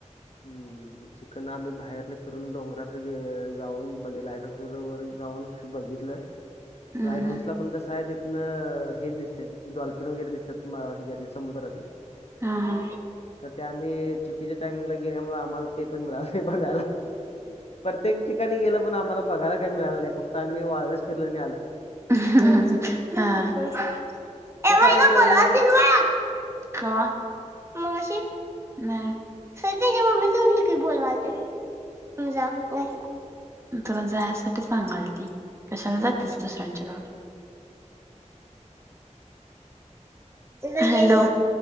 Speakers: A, on the left; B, on the right.
A: हम्म, चिकन आम्ही बाहेरन फिरून डोंगरात जाऊन बघ लाईट हाऊस वर जाऊन ते बघितलं
B: हम्म
A: लाईट हाऊसला
B: हम्म.
A: पण कसं आहे तिथन हेच दिसतंय डॉल्फिन वगैरे दिसतात मग ह्याच्यातले समुद्रातले.
B: हा हा.
A: तर ते आम्ही चुकीच्या टाइमिंगला गेल्यामुळे आम्हाला ते पण मिळालं नाही बघायला प्रत्येक ठिकाणी गेलं पण आम्हाला बघायला काय मिळालं नाही, फक्त आम्ही वाळलंच फिरलं आणि आलं.
B: <unintelligible> हा <inaudible>
A: कसं
B: ए होय
A: आहे
B: ग
A: तेवढं
B: बोलवालतीस
A: लांब
B: होय आत? कावा? मगाशी, नाहीये, खरं त्यांच्या मम्मीने सांगितलं की बोलवालत्या म्हणून. तू जा म्हटला, मग तुला जाण्यासाठी सांगालती कशाला जातेस दुसऱ्यांच्या घरात. <unintelligible> हॅलो!